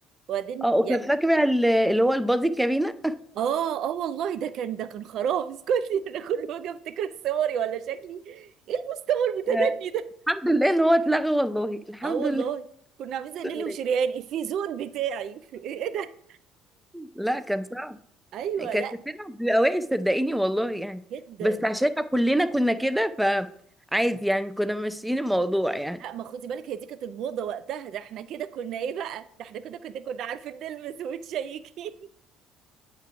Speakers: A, on the right; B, in the centre.
A: وبعدين
B: اه وكنت
A: يعني
B: فاكره ال- اللي هو البادي كارينا
A: اه اه والله ده كان ده كان خراب اسكتي <laughs> انا كل ما اجي افتكر صوري ولا شكلي ايه المستوى المتدني
B: آه،
A: ده
B: الحمد لله ان هو اتلغى والله الحمد
A: اه والله
B: لله
A: كنا عاملين
B: الحمد
A: زي نيلي
B: لله
A: وشريان الفيزون بتاعي <laughs> ايه ده
B: لا كان صعب
A: ايوه
B: كان
A: لا
B: شكلنا بيبقى وحش صدقيني والله يعني
A: جدا
B: بس عشان إحنا كلنا كنا كده فعادي يعني كنا ماشيين الموضوع يعني
A: لا ما خدي بالك هي دي كانت الموضة وقتها ده احنا كده كنا ايه بقى ده احنا كده كنا كنا عارفين نلمس وتشيكين